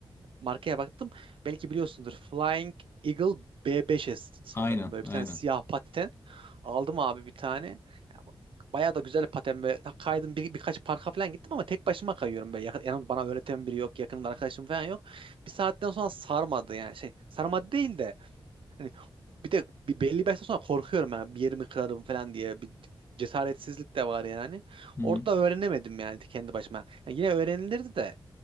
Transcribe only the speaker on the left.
Aynen,
aynen.
Hı
hı.